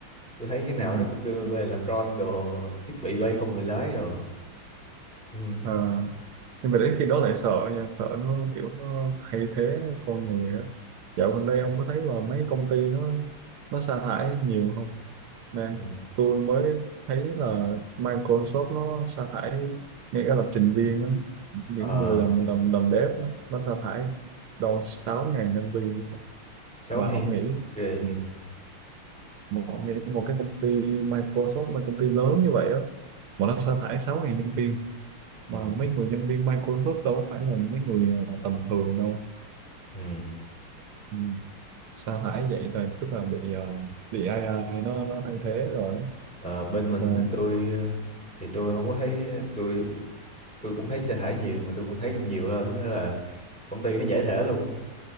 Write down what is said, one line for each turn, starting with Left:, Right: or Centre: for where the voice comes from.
Centre: tôi thấy cái nào
Right: Ừ.
Centre: nó cũng đưa về làm drone đồ thiết bị bay không người lái đồ ừ
Right: À, nhưng mà đến khi đó lại sợ nha sợ nó kiểu nó thay thế con người á dạo gần đây ông có thấy là mấy công ty nó nó sa thải nhiều không nè
Centre: ừ
Right: tôi mới thấy là Microsoft nó sa thải ngay cả lập trình viên á những
Centre: ờ
Right: người làm làm làm dev á nó sa thải đâu sáu 000 nhân viên luôn á.
Centre: sao
Right: mà
Centre: hèn
Right: ông nghĩ
Centre: ghê
Right: ừ, mà ông nghĩ một cái công ty Microsoft một công ty lớn như vậy á mà nó sa thải sáu 000 nhân viên
Centre: ừ
Right: mà mấy người nhân viên Microsoft đâu có phải là mấy người ờ, tầm thường đâu
Centre: ừ
Right: ừ. sa thải vậy là tức là bị ờ, bị AI nó nó thay thế rồi
Centre: Ờ, bên mình
Right: mà
Centre: á, tôi ờ, thì tôi không có thấy ờ, tôi tôi cũng thấy xe thải nhiều mà tôi cũng thấy còn nhiều hơn đó là công ty nó giải thể luôn.